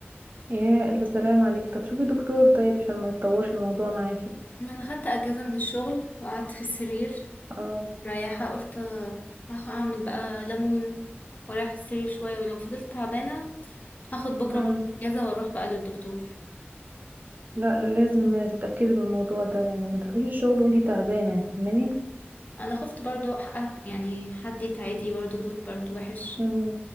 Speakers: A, on the right (about 45°); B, on the left (about 40°).
A: يا الف سلام عليكي طب شوفي دكتور طيب عشان ما يتطورش الموضوع معاكي
B: انا خدت اجازة من الشغل وقعدت في السرير
A: اه
B: رايحة قلت هاخ- هعمل بقى ليمون ورايح السرير شوية ولو فضلت تعبانة هاخد بكرة
A: امم
B: برضه اجازة واروح بقى للدكتور
A: لا لا لازم تتاكدي من الموضوع ده يعني ما تروحيش الشغل وانتي تعبانه فاهماني
B: انا خفت برضه حق- يعني حد يتعدي برضه دول برضه وحش
A: امم